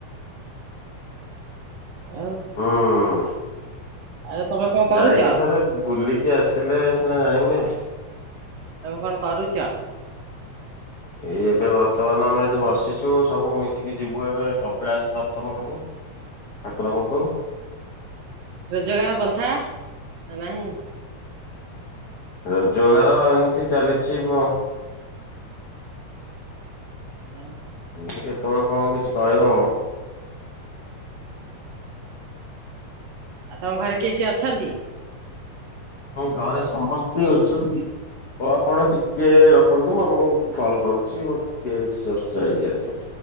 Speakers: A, on the left; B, on the right.
A: ହଁ।
B: ଆଉ ଆଉ ତମେ କଣ କରୁଛ?
A: ଯାଇକି ଥରେ ବୁଲିକି ଆସିଲେ ସିନା ଜାଣିବେ।
B: ତମେ କଣ କରୁଛ?
A: ଏଇ ଏବେ ବର୍ତ୍ତମାନ ଆମେ ଏଠି ବସିଛୁ ସବୁ ମିଶିକି ଯିବୁ ଏବେ କପିଳାସ ଦର୍ଶନ କରି। ଠାକୁରଙ୍କୁ
B: ରୋଜଗାର ପନ୍ଥା ନାହିଁ।
A: ର ଜୋଗାର ଏମିତି ଚାଲିଛି ମୁ
B: ହଁ।
A: କୋଉଠି କେତେବେଳେ କଣ କିଛି କହିହବ?
B: ଆଉ ତମ ଘରେ କିଏ କିଏ ଅଛନ୍ତି?
A: ଘରେ ସମସ୍ତେ ଅଛନ୍ତି ଓ ଆପଣ ଟିକେ ରଖନ୍ତୁ ମୁଁ ଆପଣଙ୍କୁ କଲ କରୁଛି ମୁଁ ଟିକେ ଏଇଠି ଜଷ୍ଟ ଯାଇକି ଆସେ।